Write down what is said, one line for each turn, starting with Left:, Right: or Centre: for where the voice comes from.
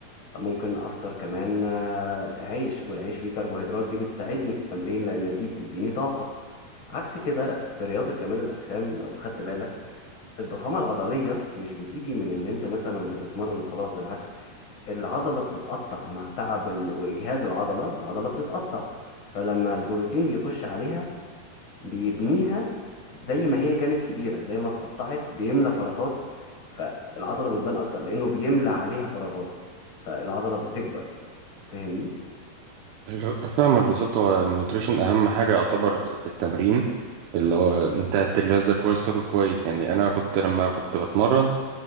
Left: ممكن افطر كمان آه، عيش والعيش فيه كربوهيدرات دي بتساعدني في التمرين لان دي بتديني طاقة عكس كده في رياضة كمال الأجسام لو خدت بالك الضخامة العضلية مش بتيجي من إن أنت مثلا بتتمرن وخلاص بالعكس العضلة بتتقطع مع تعب ال- وإجهاد العضلة العضلة بتتقطع فلما البروتين بيخش عليها بيبنيها زي ما هي كانت كبيرة زي ما اتقطعت بيملى فراغات فالعضلة بتبان أكتر لأنه بيملى عليها فراغات فالعضلة بتكبر فاهمني؟
Right: أيوة، فاهمك بالظبط هو النيوتريشن أهم حاجة يعتبر في التمرين اللي هو أنت تغذى كويس تاكل كويس يعني أنا كنت لما كنت بتمرن